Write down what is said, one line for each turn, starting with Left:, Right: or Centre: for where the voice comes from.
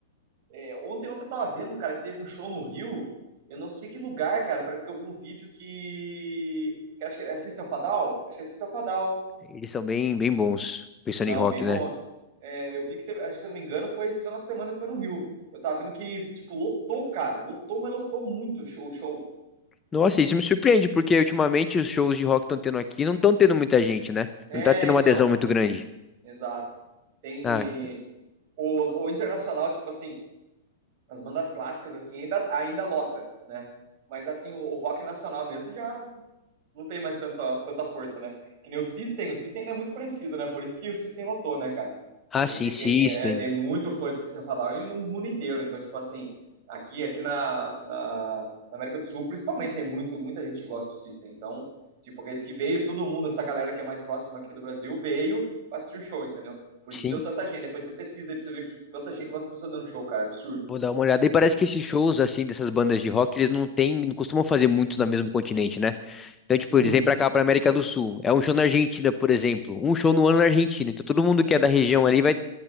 Right: é, ontem, ontem eu tava vendo, cara, que teve um show no Rio. Eu não sei que lugar, cara. Parece que eu vi um vídeo que. que acho que é System of a Down? Acho que é System of a Down.
Left: Eles são bem, bem bons, pensando
Right: Não,
Left: em rock,
Right: bem bom.
Left: né?
Right: É, eu vi que teve. Acho que se eu não me engano, foi esse final de semana que foi no Rio. Eu tava vendo que, tipo, lotou, cara. Lotou, mas lotou muito o show, o show.
Left: Nossa, isso me surpreende, porque ultimamente os shows de rock estão tendo aqui não estão tendo muita gente, né?
Right: É,
Left: Não tá tendo
Right: então.
Left: uma adesão muito grande.
Right: Exato. Tem.
Left: Ah, que-
Right: O, o internacional, tipo assim. as bandas clássicas, assim, ainda, ainda lota, né? Mas, assim, o, o rock nacional mesmo já não tem mais tanta, tanta força, né? Que nem o System, o System ainda é muito conhecido, né? Por isso que o System lotou, né, cara?
Left: ah,
Right: Porque
Left: sim,
Right: quem
Left: System.
Right: é, tem muito fã de System Fadal no mundo inteiro. Então, tipo assim, aqui, aqui na, na, na América do Sul, principalmente, tem muito, muita gente que gosta do System. Então, tipo, acredito que veio todo mundo, essa galera que é mais próxima aqui do Brasil, veio pra assistir o show, entendeu? Por
Left: Sim,
Right: isso que deu tanta gente. Depois você pesquisa aí pra você ver que, quanta gente, quantas pessoas dando show, cara. Absurdo.
Left: vou dar uma olhada. E parece que esses shows, assim, dessas bandas de rock, eles não têm, não costumam fazer muitos no mesmo continente, né? Então, tipo,
Right: Uhum.
Left: eles vêm pra cá, pra América do Sul. É um show na Argentina, por exemplo. Um show no ano na Argentina. Então, todo mundo que é da região ali vai